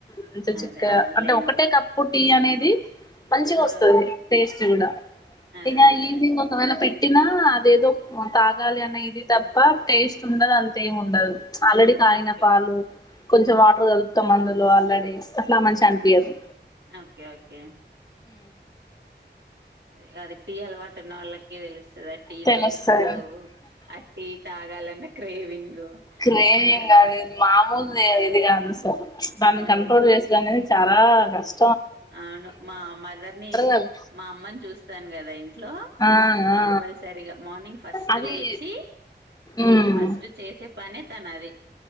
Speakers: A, on the left (about 20°); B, on the right (about 70°).
A: మంచిగ
B: అదే
A: చిక్కగా
B: అవునులేండి
A: అంటే ఒకటే కప్పు టీ అనేది మంచిగా
B: ఆ
A: వస్తది టేస్ట్ గుడా
B: అదే
A: ఇగ
B: అదే
A: ఈవినింగ్ ఒకాన పెట్టి ట్టినా అదేదో తాగాలి అన్న ఇది తప్ప టేస్ట్ ఉండదు అంతేం ఉండదు. ఆల్రెడీ కాగిన
B: ఓకే
A: పాలు. కొంచం వాటర్ కలుపుతాం అందులో ఆల్రెడీ అట్లా మంచిగ అనిపీయదు.
B: ఓకే ఓకే గదే <unintelligible> టీ అలవాటున్న వాళ్ళకే తెలుస్తదా టీ
A: తెలుస్తది
B: టేస్ట్ ఆ టీ తాగాలన్న క్రేవింగ్
A: క్రేమింగ్
B: అద
A: గాదు ఇది మామూల్దే ఇది కాదుసార్ దాన్ని
B: ఆ
A: కంట్రోల్ చేసుడనేది చా లా కష్
B: అవును మా మదర్నీ
A: కదా
B: మా అమ్మని చూస్తాను గదా ఇంట్లో
A: ఆ
B: కంపల్సరీగ
A: ఆ
B: మార్నింగ్ ఫస్ట్
A: అది
B: లేచి
A: ఉమ్
B: ఫస్ట్ చేసే పనే తనది.